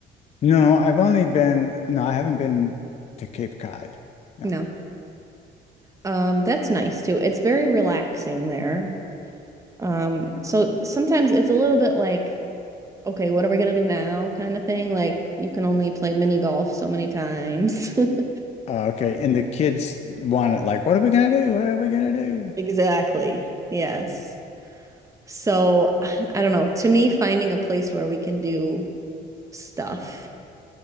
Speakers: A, on the left; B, on the right.
A: No, I've only been, no, I haven't been to Cape Cod. No.
B: No. Um, that's nice too. It's very relaxing there. Um, so sometimes it's a little bit like, okay, what are we gonna do now kind of thing. Like you can only play mini golf so many times. <laughs>
A: Uh, okay. And the kids want it like, what are we gonna do? What are we gonna do?
B: Exactly. Yes. So I don't know. To me, finding a place where we can do stuff